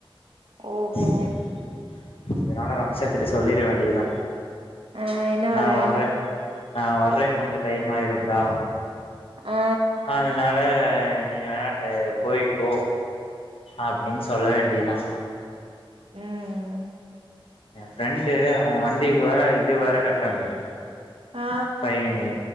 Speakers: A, on the right; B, on the left.
A: ஓஹோ
B: <inaudible> இதனால சம்சாரத்துட்ட சொல்லிட வேண்டியதுதான்
A: ஆ என்ன
B: நான்
A: வேல
B: வர்றேன் நான் வர்றேன் கொஞ்சம் டைம் ஆயிரும்ண்டா
A: ஆ
B: ஆகையினா நீ வேணா போய்கோ அப்படின்னு சொல்ல வேண்டியது தான்
A: ம்ம்ம்
B: என் ஃப்ரெண்டு அவன் வண்டிக்கு வேற இது வேற கட்டணும்
A: ஆ
B: ஃபைனு